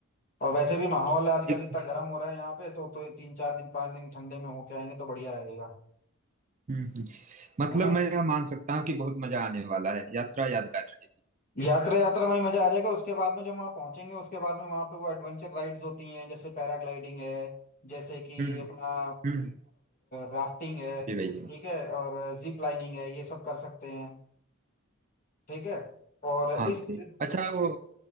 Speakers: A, on the left; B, on the right.
A: और वैसे भी माहौल आजकल
B: एक
A: इतना गर्म हो रहा है यहाँ पे तो तो तीन चार दिन पाँच दिन ठंडे में होके आएंगे तो बढ़िया रहेगा
B: हम्म, हम्म। मतलब
A: है ना
B: मैं यह मान सकता हूँ कि बहुत मजा आने वाला है यात्रा यादगार रहेगी
A: यात्रा यात्रा में ही मजा आ जाएगा उसके बाद में जब वहाँ पहुंचेंगे उसके बाद में वहाँ पे वो एडवेंचर राइड्स होती हैं जैसे पैराग्लाइडिंग है जैसे कि
B: हम्म
A: अपना
B: हम्म,
A: राफ्टिंग है
B: जी भैया
A: ठीक है और जिप लाइनिंग है ये सब कर सकते हैं ठीक है और
B: हाँ
A: इस
B: सही
A: ट्रिप-
B: अच्छा वो